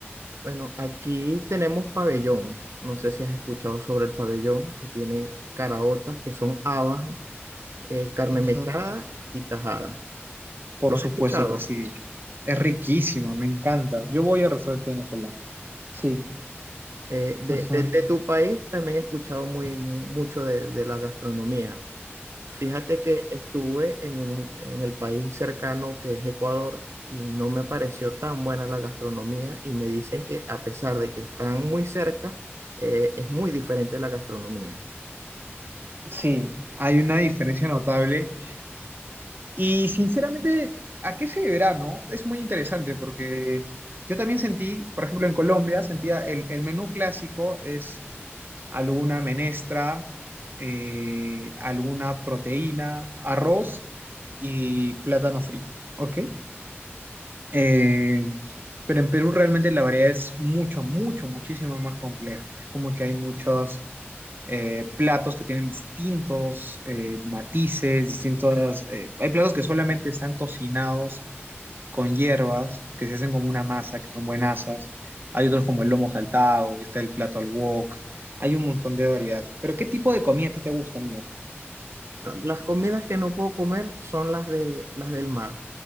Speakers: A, on the right; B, on the right.
A: bueno, aquí tenemos pabellón. No sé si has escuchado sobre el pabellón, que tiene caraotas, que son habas, eh, carne
B: Ujú.
A: mechada y tajada.
B: Por
A: ¿Lo has
B: supuesto
A: escuchado?
B: que sí. Es riquísimo, me encanta. Yo voy a restaurante venezolano. Sí.
A: Eh, de,
B: Ujú.
A: de- de tu país también he escuchado muy, mu- mucho de, de la gastronomía. Fíjate que estuve en un- en el país cercano que es Ecuador y no me pareció tan buena la gastronomía y me dicen que a pesar de que están muy cerca, eh, es muy diferente la gastronomía.
B: Sí, hay una diferencia notable. Y sinceramente, ¿a qué se deberá, no? Es muy interesante porque yo también sentí, por ejemplo, en Colombia, sentía el, el menú clásico es alguna menestra, eh, alguna proteína, arroz y plátano frito, ¿ok? Eh, pero en Perú realmente la variedad es mucho, mucho, muchísimo más compleja. Es como que hay muchos eh, platos que tienen distintos eh, matices, distintos... Eh, hay platos que solamente están cocinados con hierbas, que se hacen como una masa, que son buenasas. Hay otros como el lomo saltado, está el plato al wok. Hay un montón de variedad. Pero ¿qué tipo de comida a ti te gusta, amigo?
A: No, Las comidas que no puedo comer son las de las del mar,